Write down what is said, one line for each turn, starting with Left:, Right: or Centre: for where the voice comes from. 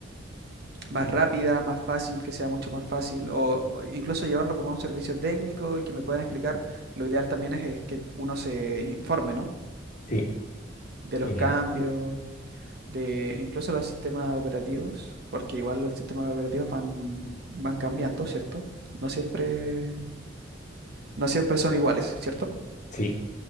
Right: más rápida, más fácil, que sea mucho más fácil, o, o incluso llevarlo como a un servicio técnico y que me puedan explicar. Lo ideal también es, es que uno se informe, ¿no?
Left: Sí,
Right: De los
Left: genial.
Right: cambios. de incluso los sistemas operativos, porque igual los sistemas operativos van, van cambiando, ¿cierto? No siempre, no siempre son iguales, ¿cierto?
Left: Sí.